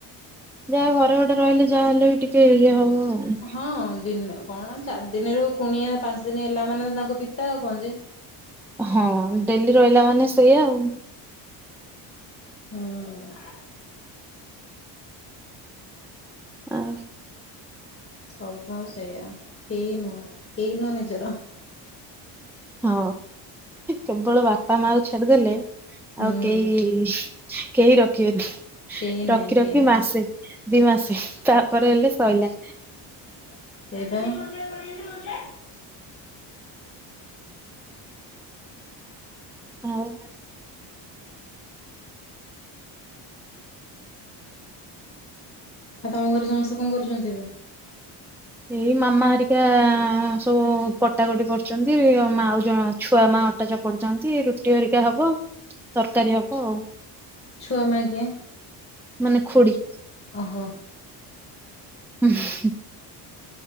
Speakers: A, in the centre; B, on the left.
A: ଯାହା ଘରେ ଗୋଟେ ରହିଲେ ଯାହା ହେଲେ ବି ଟିକେ ଇଏ ହବ। ଆଉ।
B: ହଁ ଦିନେ କଣ ଚାରି ଦିନରୁ କୁଣିଆ ପାଞ୍ଚ ଦିନ ହେଲା ମାନେ ତ ତାଙ୍କ ପିତା ଆଉ କଣ ଯେ।
A: ହଁ ଡେଲି ରହିଲା ମାନେ ସେଇଆଉ।
B: ହୁଁ।
A: ଆ <inaudible>
B: ହଉ ସେଇୟା କେହି ନୁହ କେହି ନୁହ ନିଜର।
A: ହଁ କେବଳ ବାପା ମା କୁ ଛାଡିଦେଲେ
B: ହୁଁ
A: ଆଉ କେହି କେହି ରଖିବେନି।
B: କେହି
A: ରଖି
B: ନାହିଁ କେହି
A: ରଖି
B: ନାହିଁ
A: ମାସେ ଦି ମାସେ ତାପରେ ହେଲେ ସଇଲା।
B: ସେଇପାଇ <unintelligible>
A: ଆଉ
B: ଆଉ ତମ ଘରେ ସମସ୍ତେ କଣ କରୁଛନ୍ତି ଏବେ?
A: ଏଇ ମାମା ହରିକା ସବୁ କଟାକଟି କରୁଛନ୍ତି ଆଉ ଜଣ ଛୁଆ ମା ଅଟା ଚକଟୁଛନ୍ତି ରୁଟି ହରିକା ହବ ତରକାରୀ ହବ ଆଉ।
B: ଛୁଆ ମା କିଏ?
A: ମାନେ ଖୁଡ଼ି
B: ଓ ହୋ।
A: ହଁ <inaudible>